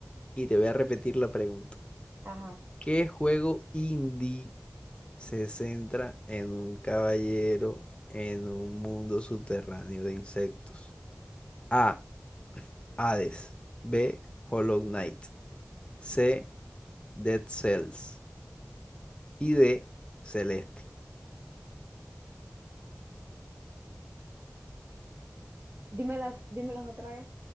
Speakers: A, on the left; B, on the right.
A: y te voy a repetir la pregunta.
B: Ajá.
A: ¿Qué juego indie se centra en un caballero en un mundo subterráneo de insectos? A, Hades. B, Hollow Knight. C, Dead Cells. Y D, Celeste.
B: Dímela- dímelas otra vez.